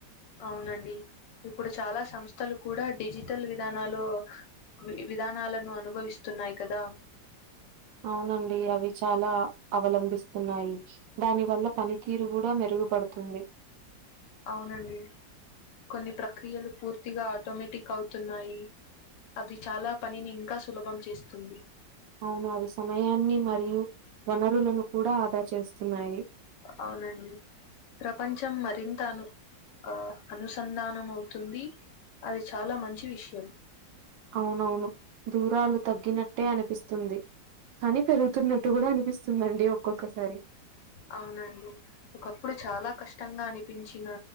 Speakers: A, on the left; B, on the right.
A: అవునండి ఇప్పుడు చాలా సంస్థలు కూడా డిజిటల్ విధానాలు వి విధానాలను అనుభవిస్తున్నాయి కదా
B: అవునండి అవి చాలా అవలంబిస్తున్నాయి దాని వల్ల పనితీరు గూడ మెరుగుపడుతుంది
A: అవునండి కొన్ని ప్రక్రియలు పూర్తిగా ఆటోమేటిక్ అవుతున్నాయి అది చాలా పనిని ఇంకా సులభం చేస్తుంది
B: అవును అవి సమయాన్ని మరియు వనరులను కూడా ఆదా చేస్తున్నాయి
A: అవునండి ప్రపంచం మరింత అను ఆ అనుసంధానం అవుతుంది అది చాలా మంచి విషయం
B: అవునవును దూరాలు తగ్గినట్టే అనిపిస్తుంది కాని పెరుగుతున్నట్టు గూడ అనిపిస్తుందండి ఒక్కొక్కసారి
A: అవునండి ఒకప్పుడు చాలా కష్టంగా అనిపించిన